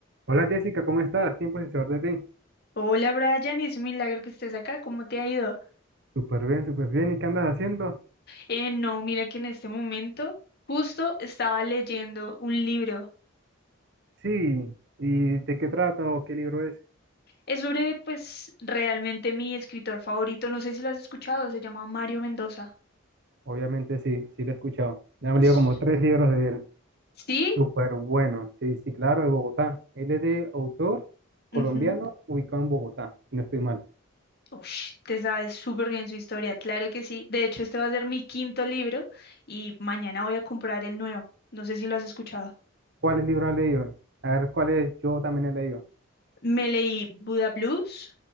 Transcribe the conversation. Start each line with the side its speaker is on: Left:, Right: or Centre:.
Right: Hola Jessica, ¿cómo estás? Tiempo sin saber de ti.
Left: Hola Brian, es un milagro que estés acá. ¿Cómo te ha ido?
Right: Súper bien, súper bien. ¿Y qué andas haciendo?
Left: Eh, no, mira que en este momento justo estaba leyendo un libro.
Right: Sí. ¿Y de qué trata o qué libro es?
Left: Es sobre, pues, realmente mi escritor favorito. No sé si lo has escuchado, se llama Mario Mendoza.
Right: Obviamente sí, sí lo he escuchado. Me han
Left: S-
Right: leído como tres libros de él.
Left: ¿Sí?
Right: Súper bueno. Sí, sí, claro, de Bogotá. Él es de autor colombiano
Left: Ujú.
Right: ubicado en Bogotá, si no estoy mal.
Left: Ush, te sabes súper bien su historia, claro que sí. De hecho, este va a ser mi quinto libro y mañana voy a comprar el nuevo. No sé si lo has escuchado.
Right: ¿Cuáles libros has leído? A ver, ¿cuáles yo también he leído?
Left: Me leí Buda Blues,